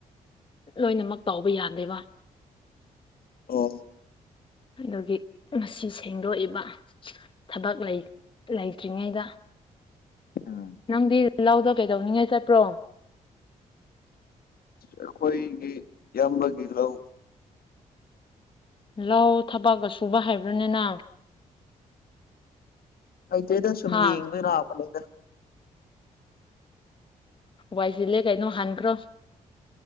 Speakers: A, on the left; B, on the left.
A: ꯂꯣꯏꯅꯃꯛ ꯇꯥꯎꯕ ꯌꯥꯗꯦꯕ
B: ꯑꯣ
A: ꯑꯗꯨꯒꯤ ꯃꯁꯤ ꯁꯦꯡꯗꯣꯛꯏꯕ ꯊꯕꯛ ꯂꯩꯇ꯭ꯔꯤꯉꯩꯗ
B: ꯑ
A: ꯅꯪꯗꯤ ꯂꯥꯎꯗ ꯀꯩꯗꯧꯅꯤꯡꯉꯥꯏ ꯆꯠꯄ꯭ꯔꯣ
B: ꯑꯩꯈꯣꯏꯒꯤ ꯏꯕꯒꯤ ꯂꯧ
A: ꯂꯧ ꯊꯕꯛꯒ ꯁꯨꯕ ꯍꯥꯏꯕ꯭ꯔꯥꯅꯤꯅ
B: ꯑꯩꯇꯩꯗ ꯁꯨꯝ
A: ꯍꯥ
B: ꯌꯦꯡꯕꯩ ꯂꯥꯛꯑꯄꯅꯦꯗ
A: ꯋꯥꯏꯁꯤꯜꯂꯦ ꯀꯩꯅꯣ ꯍꯥꯟꯈ꯭ꯔꯣ